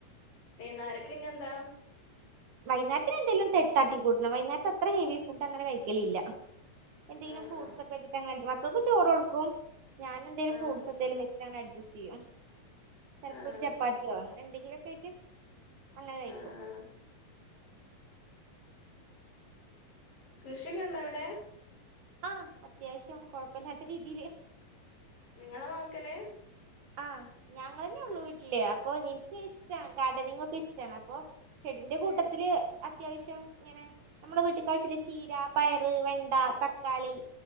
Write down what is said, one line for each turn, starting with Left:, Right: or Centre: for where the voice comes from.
Left: ന്നാരക്ക് ഇഞ്ഞെന്താ?
Right: വൈന്നേരത്തിന് എന്തെങ്കിലും തെട്ടാട്ടി കൂട്ടണം. വൈന്നേരത്‌ അത്ര ഹെവി ഫുഡ് അങ്ങനെ കഴിക്കലില്ല. എന്തെലും
Left: ആഹ്
Right: ഫ്രൂട്ട്സ്
Left: ആഹ്
Right: വെച്ചിട്ട് അങ്ങനെ മക്കൾക്ക് ചോറ് കൊടുക്കും. ഞാനെന്തേലും
Left: ആഹ്
Right: ഫ്രൂഡ്സ് എന്തും വെ ഞാൻ അഡ്ജസ്റ്റ് ചെയ്യും. ചിലപ്പോ
Left: ആഹ്
Right: ഒരു ചപ്പാത്തിയോ അങ്ങനെ എന്തെങ്കിലും ഒക്കെ ആയിട്ട്... അങ്ങനെ കഴിക്കും.
Left: ആഹ് ആഹ് കൃഷിഒക്കെ ഉണ്ടോ അവിടെ?
Right: ആഹ്, അത്യാവിശ്യം, കൊഴപ്പല്ലാത്ത രീതിയില്.
Left: നിങ്ങള നോക്കല്?
Right: ആഹ്, ഞങ്ങളെന്നെ ഉള്ളു വീട്ടില്. അപ്പൊ ൻക്ക് ഇഷ്ടാണ്, ഗാർഡനിങ് ഒക്കെ ഇഷ്ടാണ്. അപ്പൊ. ചെടിന്റെ കൂട്ടത്തില്.
Left: ഏഹ്
Right: അത്യാവിശ്യം ഇങ്ങനെ, നമ്മുടെ വീട്ടിക്കാവശ്യല്ല ചീര, പയറ്, വെണ്ട തക്കാളി.